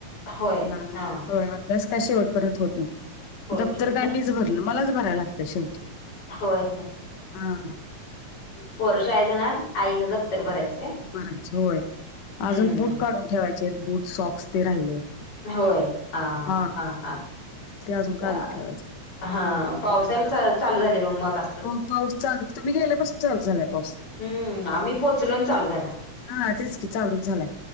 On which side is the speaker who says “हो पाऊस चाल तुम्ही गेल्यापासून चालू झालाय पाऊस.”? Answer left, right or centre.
Left